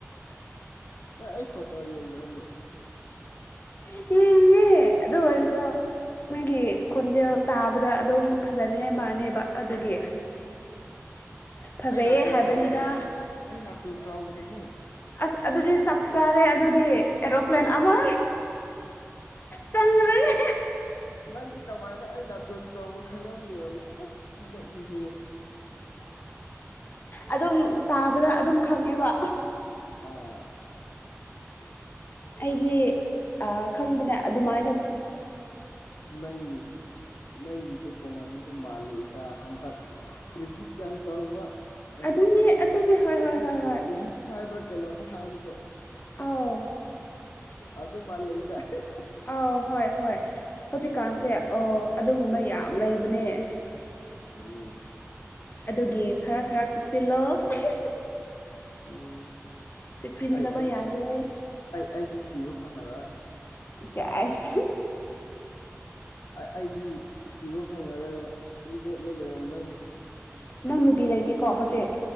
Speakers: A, on the left; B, on the left.
A: ꯅꯪ ꯑꯩ ꯐꯣꯇꯣ ꯌꯦꯡꯕ꯭ꯔꯅꯦ꯫
B: <unintelligible> ꯑꯗꯨ ꯑꯣꯏꯔꯖꯨ ꯃꯩꯒꯤ ꯈꯣꯟꯖꯦꯜ ꯇꯥꯕꯗ ꯑꯗꯨꯝ ꯐꯖꯅꯤꯉꯥꯏ ꯃꯥꯟꯅꯦꯕ ꯑꯗꯨꯒꯤ ꯐꯖꯩꯌꯦ
A: ꯑꯩ ꯅꯥꯇꯣꯟꯣꯟ
B: ꯍꯥꯏꯕꯅꯤꯗ
A: ꯆꯥꯎꯥꯎꯕꯅꯦ ꯑꯩ ꯅꯥꯇꯣꯟ ꯆꯥꯎꯕꯅꯦ ꯍꯦ
B: ꯑꯁ ꯑꯗꯨꯗꯤ ꯆꯞ ꯆꯥꯔꯦ ꯑꯗꯨꯗꯤ ꯑꯦꯔꯣꯄ꯭ꯂꯦꯟ ꯑꯃ ꯆꯪꯈ꯭ꯔꯅꯤ
A: ꯅꯪꯗꯤ ꯀꯃꯥꯏꯅ ꯑꯩ ꯅꯥꯇꯨꯣꯟ ꯆꯥꯎꯕ ꯈꯪꯉꯝꯃꯤꯕ ꯅꯪ ꯑꯁ ꯉꯛꯏꯍꯦ꯫
B: ꯑꯗꯨꯝ ꯇꯥꯕꯗ ꯑꯗꯨꯝ ꯈꯪꯉꯦꯕ
A: ꯑꯥ
B: ꯑꯩꯗꯤ ꯑ ꯈꯪꯕꯅꯦ ꯑꯗꯨꯃꯥꯏꯗ
A: ꯅꯪꯒꯤꯁꯦ ꯅꯪꯒꯤꯁꯦ ꯀꯩꯅꯣꯝꯗ ꯃꯥꯜꯂꯤꯦꯗ ꯍꯟꯇꯛ ꯄ꯭ꯔꯤ ꯌꯥꯝ ꯇꯥꯎꯕ ꯀꯔꯤ
B: ꯑꯗꯨꯅꯦ ꯑꯗꯨꯅꯦ ꯍꯣꯏ
A: ꯅꯨꯃꯤꯠ
B: ꯍꯣꯏ ꯍꯣꯏ ꯍꯣꯏ
A: ꯅꯨꯃꯤꯠ <unintelligible> ꯍꯥꯏꯕ꯭ꯔꯥ ꯀꯩꯅꯣꯝ ꯍꯥꯏꯕꯗꯣ
B: ꯑꯥꯎ
A: ꯑꯗꯨ ꯃꯥꯜꯂꯩꯗ <unintelligible>
B: ꯑꯥꯎ ꯍꯣꯏ ꯍꯣꯏ ꯍꯧꯖꯤꯛꯀꯥꯟꯁꯦ
A: ꯎꯝ
B: ꯑꯣ ꯑꯗꯨꯒꯨꯝꯕ ꯌꯥꯝ ꯂꯩꯕꯅꯦ
A: ꯎꯝ
B: ꯑꯗꯨꯒꯤ ꯈꯔ ꯈꯔ ꯆꯦꯛꯆꯤꯜꯂꯣ <unintelligible>
A: ꯎꯝ
B: ꯆꯦꯛꯁꯤꯟꯗꯕ
A: ꯑꯩ ꯑꯩ
B: ꯌꯥꯗꯦ
A: ꯑꯩ ꯑꯩꯗꯤ ꯊꯤꯕ ꯐꯪꯉꯔꯣꯏ꯫
B: ꯑ ꯁꯦꯁ
A: ꯑꯩꯗꯤ ꯊꯤꯕ ꯐꯪꯉꯔꯣꯏꯕ ꯃꯤ ꯂꯣꯠꯂ ꯂꯩꯔꯝꯗꯣꯏꯅꯤ
B: ꯅꯪ ꯅꯨꯄꯤ ꯂꯩꯇꯦꯀꯣ ꯍꯧꯖꯤꯛ